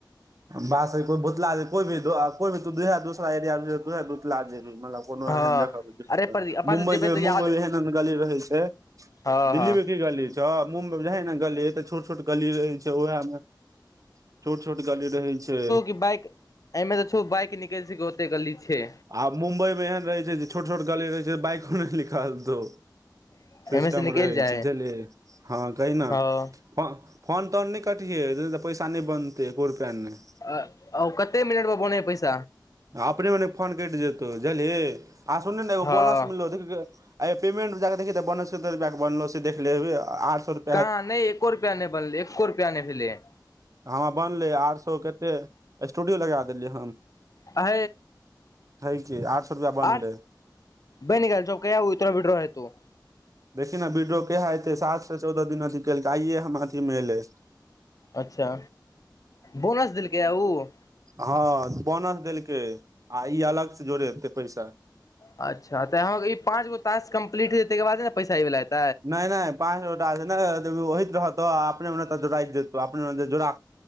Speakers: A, on the right (about 45°); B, on the left (about 50°).
A: बस कोइ भुतला को भी को दूसरा एरियाहेतला मतल कोनो
B: हँ
A: एहन देख
B: अरे पर अपन
A: मुम्बइ
B: से जेबै
A: जे
B: तऽ
A: मुम्बई
B: याद
A: मे एहन एहन गाली रहै छ
B: हँ
A: दिल्लीमे
B: हँ
A: की गली छैँ मुम्बइमे जे ह ने गली तऽ छोट छोट गली रहै छै उएहम छोट छोट गली रहै छ
B: बाइ एहिमे त छौ बाइक निकल सकय यऽ ओते गली छ
A: आब मुम्बईमे एहन रहै छै जे छोट छोट गली रहै छै बाइको नहि निखल त
B: एहिमे
A: सिस्टम
B: से निकलि
A: रहै
B: जाइ
A: छै बुझलियै हँ कही न
B: हँ
A: फोन तोन नहि कटिहै तऽ पैसा नहि बनतै एको रुपैआ नह
B: आ ओ कते मिनट मे बोने ह पैस
A: आ अपने मने फोन कटि जेतौ बुझलही आ सुनू ने एगो
B: हँ
A: बोनस मिललौ दे आइ पेमेन्ट में जाकऽ देखही तऽ बोनस कते रुपया के बनलौ से देख लेबै आठ सए
B: कहाँ नहि एको रुपैआ नहि बनलय एको रुपैआ नहि भेलल
A: हमरा बनलै आठ सए कते स्टूडियो लगा देलियै
B: अ
A: है की आठ सौ रुपया बनलै
B: आ ब निकाल छ कय उतर विड्रो ह त
A: देखि ने बिड्रो केहा एते सात से चौदह दिन अथी केलकै आइे हम अथी मे एल
B: अच्छा बोनस देलकऽ य
A: हँ बोनस देलकै आ ई अलग से जोड़ेतै पैस
B: अच्छा तऽ हाँ ई पाँच गो टास्क कम्प्लीट हयै तकर बाद ने पैसा ए ल एत
A: नहि नहि पाँच गोटा ओहित रहतौ अपने तऽ जोड़ देतौ अपने जोड़ा